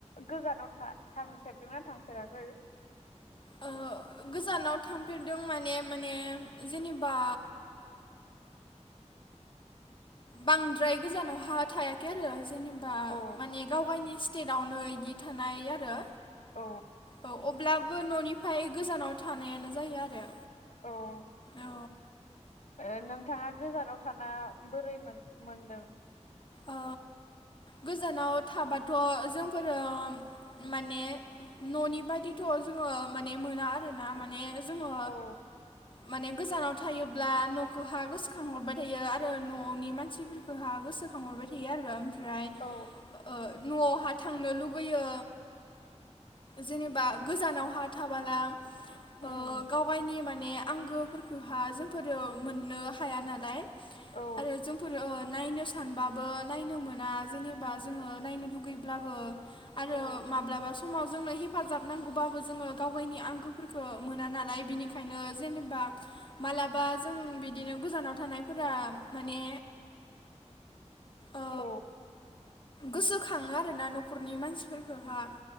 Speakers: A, on the left; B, on the left.
A: गोजानाव था-थांफेरगदोंना थांफेराखै?
B: ओहो गोजानाव थांफेरदों माने माने जेनेबा बांद्राय गोजानावहा थायाखै आरो जेनेबा
A: औ
B: माने गाव गावनि स्टे नआवनो बिदि थानाय आरो
A: औ
B: ओ अब्ला बो न'निफ्राय गोजानाव थानायानो जायो आरो।
A: औ
B: औ
A: ओ नोंथाङा गोजानाव थाना बोरै मोन-मोनदों?
B: ओ गोजानाव थाबाथ' जोंफोरो माने न'नि बायदिथ' जोङो माने मोना आरो ना माने जोङो
A: औ
B: माने गोजानाव थायोब्ला न'खौ हा गोसोखांहरबाय थायो आरो न'नि मानसिफोरखौ हा गोसो खांहरबाय थायो आरो फ्राय
A: औ
B: ओ न'आव हा थांनो लुगैयो जेनेबा गोजानाव हा थाबाला ओ
A: उम
B: गाव गावनि माने आंगोफोरखौहाय जों मोननो हाया नालाय।
A: औ
B: आरो जोंफोरो नायनो स सानबाबो नायनो मोना जेनेबा जोङो नायनो लुगैब्लाबो आरो
A: औ
B: माब्लाबा समाव जोंनो हफाजाब नांगौबो जोङो गाव गावनि आंगोफोरखौ मोना नालाय बिनिखायनो जेनेबा मालाबा जों बिदिनो गोजानाव थानायफोरा माने ओ
A: औ।
B: गोसोखाङो आरोना न'खरनि मानसिफोरफोरखौहा